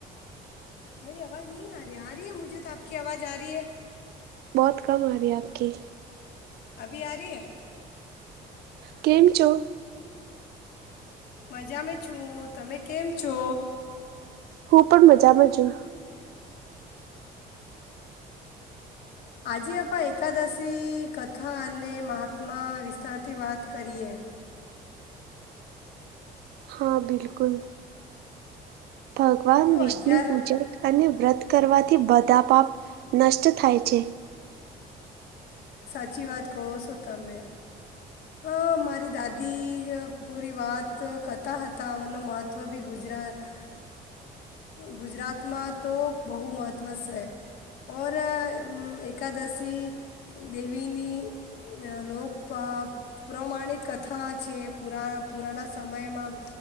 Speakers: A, on the left (about 75°); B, on the right (about 70°).
A: મેરી આવાજ નહીં આ રહી આ રહી હે મુજે તો આપકી આવાજ આ રહી છે.
B: બહોત કમ આ રહી આપકી.
A: અભી આ રહીએ?
B: કેમ છો
A: મજામાં છું તમે કેમ છો
B: હું પણ મજામાં છું
A: આજે આપણા એકાદશી કથા અને મહાત્મા વિસ્તારથી વાત કરીએ
B: હા બિલકુલ ભગવાન
A: તો
B: વિષ્ણુ
A: અગિયાર
B: પૂજક અને વ્રત કરવાથી બધા પાપ નષ્ટ થાય છે
A: સાચી વાત કહો સો તમેં અ મારી દાદી પૂરી વાત કરતા હતાનું મહત્ત્વ બી ગુજરાત ગુજરાતમાં તો બહુ મહત્ત્વ છે ઔર એકકાદશી દેવીની લોક પ્રમાણિક કથા છે પુરા પુરાના સમયમાં